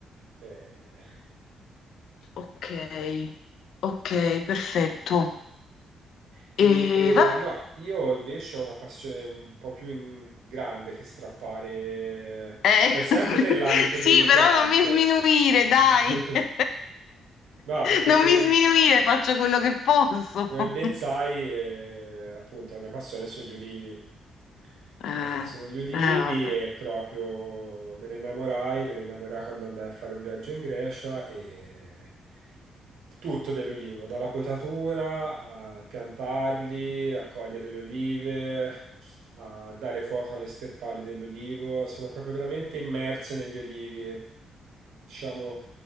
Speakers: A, on the right; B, on the left.
A: Eh,
B: Ok, ok, perfetto.
A: E
B: E va...
A: no, io invece ho una passione un po' più in- grande che strappare,
B: eh,
A: cioè sempre
B: <laughs>
A: nell'ambito delle
B: sì,
A: piante.
B: però non mi sminuire, dai.
A: <laughs>
B: <laughs>
A: No, perché
B: Non
A: come,
B: mi sminuire, faccio quello che posso.
A: Come
B: <laughs>
A: ben sai, eh, appunto, la mia passione sono gli ulivi.
B: Eh, eh,
A: Eh, sono gli ulivi
B: vabbè.
A: e proprio me ne innamorai, me ne innamorai quando andai a fare un viaggio in Grecia e tutto dell'ulivo, dalla potatura a piantarli, a cogliere le olive, a dare fuoco alle sterpali dell'olivo. Sono proprio veramente immerso negli olivi, e, diciamo,